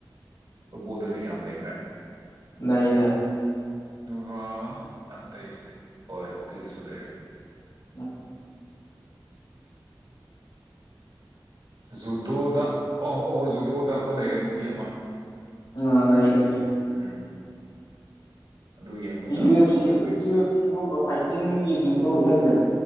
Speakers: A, on the right; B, on the left.
A: ꯐꯨꯠꯕꯣꯜꯗꯗꯤ ꯌꯥꯝ ꯂꯩꯈ꯭ꯔꯦ
B: ꯏ ꯂꯩꯦ
A: ꯒꯥ ꯑꯥ ꯇꯁꯦ ꯍꯣꯏ ꯍꯣꯛꯀꯤꯗꯁꯨ ꯂꯩꯔꯦ
B: ꯎ
A: ꯖꯨꯗꯣꯗ ꯑꯣꯍ ꯑꯣ ꯖꯨꯗꯣꯗ ꯑꯃ ꯂꯩꯔꯦ ꯅꯨꯄꯤ ꯑꯃ
B: ꯑ ꯂꯩ ꯂꯩ ꯂꯩ
A: <inaudible> ꯑꯗꯨ ꯌꯦꯡꯕ ꯇꯥꯕꯅꯦ
B: ꯌꯨ ꯑꯦꯐ
A: ꯑꯣꯂꯦꯝꯄꯤꯛꯁꯇ
B: ꯁꯤ ꯌꯨ ꯑꯦꯐ ꯁꯤꯒꯨꯝꯕ ꯐꯥꯏꯇꯤꯡꯒꯤꯗꯨꯁꯨ ꯂꯩꯕꯅꯤ